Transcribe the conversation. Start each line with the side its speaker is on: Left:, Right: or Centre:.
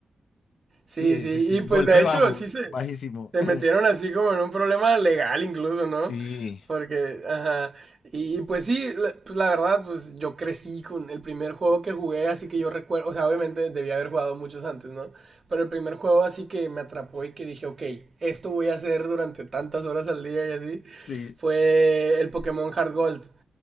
Right: Sí,
Left: Sí,
Right: sí.
Left: sí, sí,
Right: Y pues
Left: golpe
Right: de
Left: bajo,
Right: hecho, sí se.
Left: bajísimo.
Right: Se
Left: <laughs>
Right: metieron así como en un problema legal incluso, ¿no?
Left: Sí,
Right: Porque, ajá. Y, y pues sí, la, pues la verdad, pues yo crecí con el primer juego que jugué, así que yo recuerdo, o sea, obviamente debía haber jugado muchos antes, ¿no? Pero el primer juego así que me atrapó y que dije, ok, esto voy a hacer durante tantas horas al día y así,
Left: sí.
Right: fue el Pokémon Heart Gold,